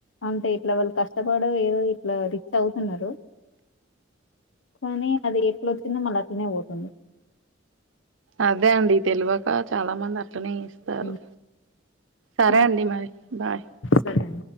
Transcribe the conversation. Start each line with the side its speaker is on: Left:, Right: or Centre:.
Left: అంటే ఇట్లా వాళ్ళు కష్టపడో ఏదో ఇట్లా రిచ్ అవుతున్నరు. కానీ అది ఎట్డొచ్చిందో మళ్ళ అట్నే పోతుంది.
Right: అదే అండి తెలవక చాలా మంది అట్లనే ఇస్తరు,
Left: ఉమ్,
Right: సరే
Left: మా
Right: అండి మరి. బాయ్
Left: సరే అండి